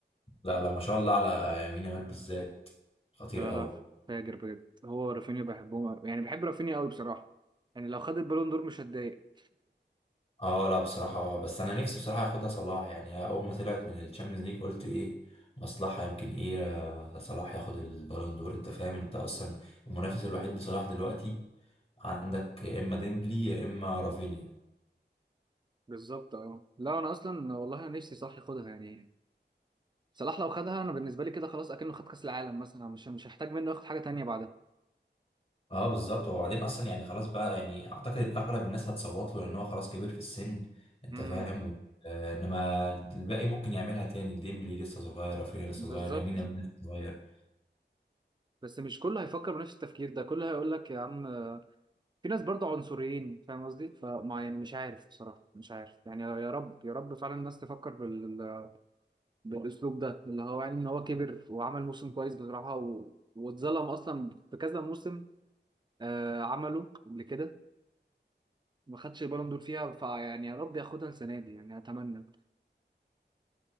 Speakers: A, on the left; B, on the right.
A: لا لا ما شاء الله على يمين يامال بالذات خطير
B: لا
A: قوي
B: لا ف- فاجر بجد هو ورافينيا بحبهم أوي. يعني بحب رافينيا قوي بصراحة يعني لو خد البالون دور مش هتضايق
A: اه لا بصراحة آه، بس انا نفسي بصراحة ياخدها صلاح يعني اول ما طلعت من الشامبيونز ليج قلت ايه مصلحة يمكن ايه آه، صلاح ياخد البالون دور انت فاهم انت اصلا المنافس الوحيد لصلاح دلوقتي عندك يا اما ديمبلي يا اما رافينيا
B: بالظبط اه لا انا اصلا والله انا نفسي صح ياخدها يعني صلاح لو خدها انا بالنسبة لي كده خلاص اكنه خد كاس العالم مثلا مش مش هحتاج منه ياخد حاجة تانية بعدها
A: اه بالظبط وبعدين اصلا يعني خلاص بقى يعني اعتقد اغلب الناس هتصوت له لان هو خلاص كبر في السن انت
B: امم
A: فاهم آه انما الباقي ممكن يعملها تاني ديمبلي لسه صغير رافينيا لسه
B: بالظبط
A: صغير يمين يامال لسه صغير
B: بس مش كله هيفكر بنفس التفكير ده كله هيقول لك يا عم في ناس برضه عنصريين فاهم قصدي فما يعني مش عارف بصراحة مش عارف يعني يا رب يا رب فعلا الناس تفكر بال... بالأسلوب ده اللي هو يعني إن هو كبر وعمل موسم كويس بصراحة و... واتظلم أصلا في كذا موسم آه عمله قبل كده ما خدش البالون دور فيها فيعني يا رب ياخدها السنة دي يعني أتمنى